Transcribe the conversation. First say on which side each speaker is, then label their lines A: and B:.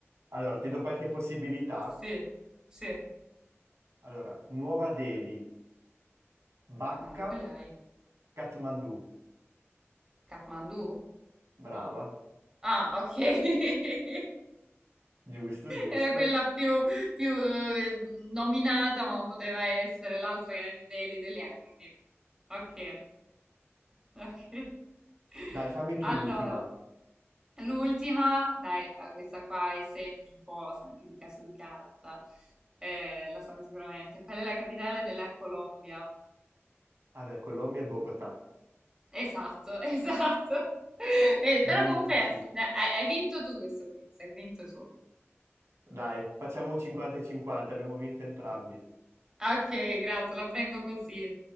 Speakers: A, on the right; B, on the right.
A: Allora, ti do qualche possibilità.
B: Sì, sì.
A: Allora, Nuova Delhi, Bacca,
B: Ma no, quella è
A: Kathmandu.
B: Kathmandu?
A: Brava.
B: Ah, ok. <laughs>
A: Giusto, giusto.
B: Era quella più, più, eh, nominata, ma non poteva essere l'altra che era New Delhi, Delhi, quindi... Ok. <laughs> Ok.
A: Dai, fammi tu
B: Allora,
A: l'ultima.
B: l'ultima, dai, ah, questa qua è semplice, un po' sa anche di casa di carta, Eh, la saprai sicuramente. Qual è la capitale della Colombia?
A: Vabbè, Colombia e Bogotà.
B: Esatto, <laughs> esatto. Eh, però
A: Mitici.
B: comunque dai, hai, hai vinto tu questo quiz, hai vinto tu.
A: Dai, facciamo un 50 e 50, abbiamo vinto entrambi.
B: Ok, grazie, la prendo così.